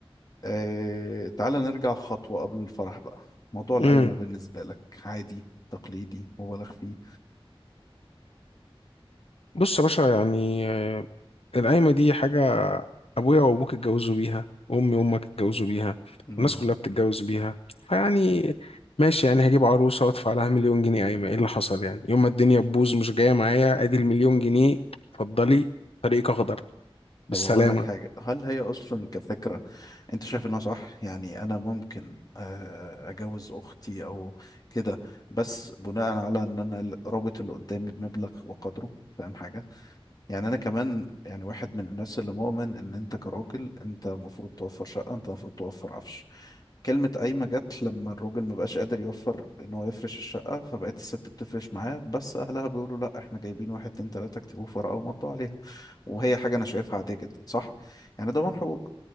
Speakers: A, on the left; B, on the left.
A: آه... تعالى نرجع خطوة قبل الفرح بقى موضوع القايمة
B: امم
A: بالنسبة لك عادي تقليدي مبالغ فيه
B: بص يا باشا يعني آه، القايمة دي حاجة ابويا وابوك اتجوزوا بيها وامي وامك اتجوزوا بيها
A: إمم.
B: والناس كلها بتتجوز بيها فيعني ماشي يعني هجيب عروسه وادفع لها مليون جنيه قايمه ايه اللي حصل يعني يوم ما الدنيا تبوظ مش جايه معايا ادي المليون جنيه اتفضلي طريقك اخضر
A: طب
B: بالسلامه
A: أقول لك حاجة هل هي أصلا كفكرة أنت شايف إنها صح؟ يعني أنا ممكن آه، أجوز أختي أو كده بس بناء على إن أنا ال- رابط اللي قدامي بمبلغ وقدره فاهم حاجة؟ يعني أنا كمان يعني واحد من الناس اللي مؤمن إن أنت كراجل أنت المفروض توفر شقة أنت المفروض توفر عفش كلمة قايمة جت لما الراجل مبقاش قادر يوفر إن هو يفرش الشقة فبقت الست بتفرش معاه بس أهلها بيقولوا لأ إحنا جايبين واحد اتنين تلاتة اكتبوه في ورقة ومضوا عليها وهي حاجة أنا شايفها عادية جدا صح؟ يعني ضمان حقوق